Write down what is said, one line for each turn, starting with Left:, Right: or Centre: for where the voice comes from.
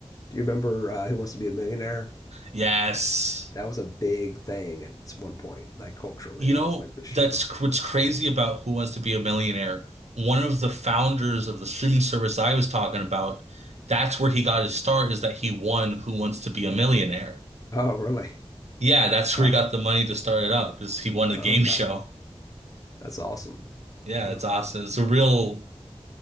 Left: Do you remember uh, Who Wants to Be a Millionaire?
Right: Yes.
Left: That was a big thing at one point, like culturally,
Right: You
Left: that
Right: know,
Left: was like the show.
Right: that's cr-
Left: <laughs>
Right: what's crazy about Who Wants to Be a Millionaire. One of the founders of the streaming service I was talking about, that's where he got his start, is that he won Who Wants to Be a Millionaire.
Left: Oh, really?
Right: Yeah, that's
Left: Ah,
Right: where he got the money to start it up, is he won the game
Left: okay.
Right: <laughs> show.
Left: That's awesome.
Right: Yeah,
Left: Oh.
Right: it's awesome. It's a real,